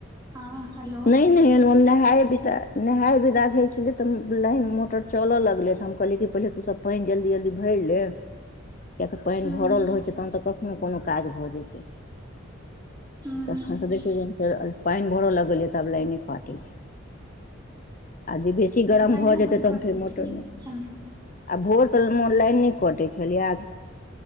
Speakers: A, on the right; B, on the left.
A: हां हेलो
B: नहि नहि हम नहेये बिदा नहेये बिदा भेल छलियै त लाइन मोटर चलऽ लगलै त हम कहलिये कि पहिले तू सब पनि जल्दी जल्दी भरि ले किए त पनि
A: हूँ
B: भरल रहै छै तहन त कखनो कोनो काज भ जेतै
A: हूँ
B: तखन देखियो जेहन पनि भर लगल य तब लाइने काटै छै आ जे बेसी गरम
A: लाइनो
B: भ जेतै
A: बड
B: तहन
A: कटै
B: फेर मोटर
A: छै
B: ने
A: हँ
B: आ भोर सऽ ईमहर लाइन ने कटै छलैया